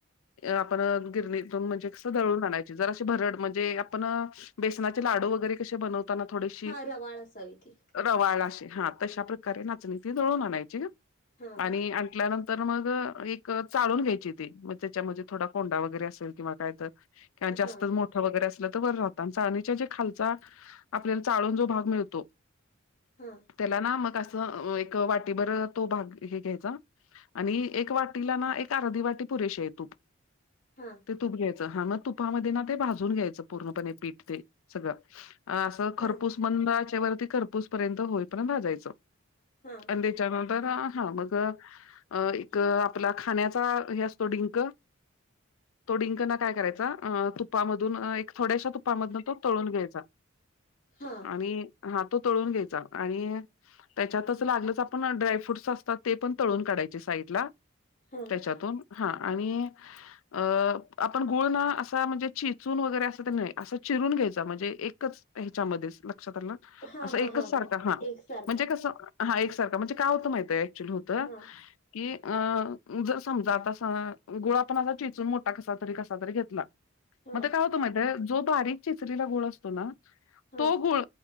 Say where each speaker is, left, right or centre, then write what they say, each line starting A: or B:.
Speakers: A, on the left; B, on the left.
A: आपण अ गिरणी म्हणजे कसं दळून आणाय ते जराशी भरड म्हणजे आपण अ बेसनाचे लाडू वगैरे कशे बनवतो त्याला थोडीशी
B: हा रवाळ असावी ती
A: रवाळ अशी, हा. तशा प्रकारे नाचणी ती दळून आणायची न
B: हा
A: आणि आण ल्यानंतर मग एक चाळून घ्यायची ती, मग त्याच्यामध्ये थोडा कोंडा वगैरे असेल किंवा काय तर किवा जास्त
B: हा
A: मोठं वगैरे असलं तर वर राहत आन चाळणीच्या जे खाल चा आपल्याला चाळून जो भाग मिळतो
B: हम.
A: त्याला ना मग असं एक वाटीभर तो भाग हे घ्यायचं. आणि एक वाटीला ना, एक अर्धी वाटी पुरेशी आहे तूप.
B: हा.
A: ते तूप घ्यायचं, हां मग तुपामध्ये ना, ते भाजून घ्यायचं, पूर्णपने पीठ, ते सगळं. आसं खरपूस,
B: हा
A: मंद आचेवरती, खरपूस पर्यंत, होई पर्यंत भाजायचं.
B: हं.
A: पण तेच्यानंतर, आ हा, मग अं, एक अ आपला खाण्याचा, हे असतो डींक. तो डिंकना काय करायचा, अ तुपामधून अ एक थोड्याशा तुपामधन, तो तळून घ्यायचा.
B: हां.
A: आणि हां तो तळून घ्यायचा, आणि त्याच्यातच लागलंच आपण, ड्रायफ्रूडस असतात, ते पण तळून काढायचे, साईडला.
B: हं.
A: त्याच्यातून, हां आणि अ आपण गुळ ना, असा म्हणजे, चेचून वगैरे असं ते नही, असं चिरून घ्यायचा, म्हणजे एक कच ह्याच्यामध्येच, लक्षात आलं,
B: हा
A: असं
B: हा
A: एकच
B: हा हा
A: सारखा हां,
B: एकसारखा
A: म्हणजे कसं हा एक सारखा, म्हणजे काय होतं माहितय, ऍक्च्युअली होतं
B: हा
A: कि अं, जर समजा, तसा गुळ आपण असा चेचून, मोठा कसा तरी, कसा तरी घेतला.
B: हा
A: म ते काय होतं माहितिये, जो बारीक चेचलेला गुळ असतो ना,
B: हा
A: तो गुळ